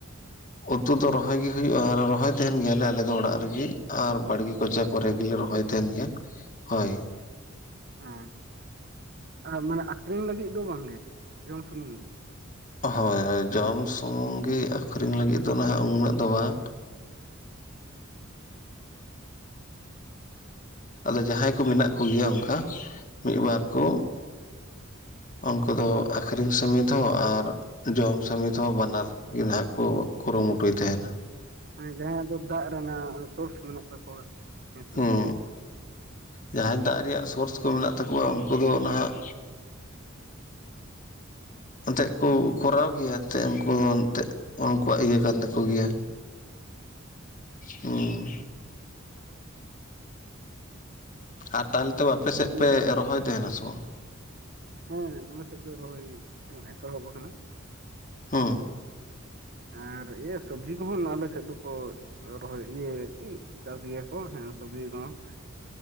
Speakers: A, on the left; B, on the right.
A: ᱩᱛᱩ ᱫᱚ ᱨᱚᱦᱚᱭ ᱜᱮ ᱦᱩᱭᱩᱜᱼᱟ ᱨᱚᱦᱚᱭ ᱛᱟᱦᱮᱸᱱ ᱜᱮᱭᱟᱞᱮ ᱟᱞᱮ ᱫᱚ ᱚᱲᱟᱜ ᱨᱮᱜᱮ ᱟᱨ ᱵᱟᱲᱜᱮ ᱠᱚᱪᱟ ᱠᱚᱨᱮ ᱜᱮᱞᱮ ᱨᱚᱦᱚᱭ ᱛᱟᱦᱮᱸᱱ ᱜᱮᱭᱟ ᱾ ᱦᱳᱭ
B: ᱦᱮᱸ ᱟᱨ ᱢᱟᱱᱮ ᱟᱠᱷᱨᱤᱧ ᱞᱟᱹᱜᱤᱫ ᱫᱚ ᱵᱟᱝᱜᱮ ᱡᱚᱢ ᱥᱩᱱᱩᱢ ᱜᱮ ᱾
A: ᱦᱳᱭ ᱦᱳᱭ ᱡᱚᱢ ᱥᱩᱢᱩᱝ ᱜᱮ ᱟᱠᱷᱨᱤᱧ ᱞᱟᱹᱜᱤᱫ ᱫᱚ ᱱᱟᱦᱟᱜ ᱩᱱᱟᱹᱜ ᱫᱚ ᱵᱟᱝ ᱾
B: ᱦᱸ <unintelligible>
A: ᱟᱫᱚ ᱡᱟᱦᱟᱸᱭ ᱠᱚ ᱢᱮᱱᱟᱜ ᱠᱚᱜᱮᱭᱟ ᱚᱱᱠᱟ ᱢᱤᱫᱵᱟᱨ ᱠᱚ᱾ ᱩᱱᱠᱩ ᱫᱚ ᱟᱠᱷᱨᱤᱧ ᱥᱩᱢᱤᱫ ᱦᱚᱸ ᱟᱨᱼᱼ ᱡᱚᱢ ᱥᱚᱢᱤᱛ ᱦᱚᱸ ᱵᱟᱱᱟᱨ ᱜᱮ ᱱᱟᱦᱟᱜ ᱠᱚ ᱠᱩᱨᱩ ᱢᱩᱴᱩᱭ ᱛᱟᱦᱮᱱᱟ᱾
B: ᱡᱟᱦᱟᱸᱭᱟᱜ ᱫᱚ ᱫᱟᱜ ᱨᱮᱱᱟᱜ ᱥᱳᱨᱥ ᱢᱮᱱᱟᱜ ᱛᱟᱠᱚᱣᱟ᱾ ᱦᱮᱸ ᱥᱮ
A: ᱦᱩᱸ
B: ᱵᱟᱝ
A: ᱡᱟᱦᱟᱸᱭ ᱫᱟᱜ ᱨᱮᱭᱟᱜ ᱥᱳᱨᱥ ᱠᱚ ᱢᱮᱱᱟᱜ ᱛᱟᱠᱚᱣᱟ ᱩᱱᱠᱩ ᱫᱚ ᱱᱟᱦᱟᱜᱼᱼ ᱮᱱᱛᱮᱫ ᱠᱩ ᱠᱚᱨᱟᱣ ᱜᱮᱭᱟ ᱮᱱᱛᱮᱫ ᱩᱱᱠᱩ ᱮᱱᱛᱮᱫ ᱩᱱᱠᱩᱣᱟᱜ ᱤᱭᱟᱹ ᱠᱟᱱ ᱛᱟᱠᱚ ᱜᱮᱭᱟ᱾ ᱦᱩᱸ ᱟᱨ ᱛᱟᱦᱚᱞᱮ ᱛᱚ ᱟᱯᱮ ᱥᱮᱫ
B: ᱤᱭᱟᱹ
A: ᱯᱮ ᱨᱚᱦᱚᱭ ᱛᱟᱦᱮᱸᱱᱟ ᱥᱮ ᱵᱟᱝ?
B: ᱦᱮᱸ ᱟᱞᱮ ᱥᱮᱫ ᱫᱚ ᱨᱚᱦᱚᱭ ᱮᱛᱚ ᱦᱚᱵ ᱟᱠᱟᱱᱟ᱾
A: ᱦᱩᱸ
B: ᱟᱨ ᱤᱭᱟᱹ ᱥᱚᱵᱽᱡᱤ ᱠᱚᱦᱚᱸ ᱟᱞᱮ ᱥᱮᱫ ᱫᱚᱠᱚᱼᱼ ᱨᱚᱦᱚᱭ ᱤᱭᱟᱹ ᱪᱟᱥ ᱜᱮᱭᱟ ᱠᱚ ᱦᱮᱸ ᱥᱚᱵᱡᱤ ᱠᱚᱸᱦᱚᱸ᱾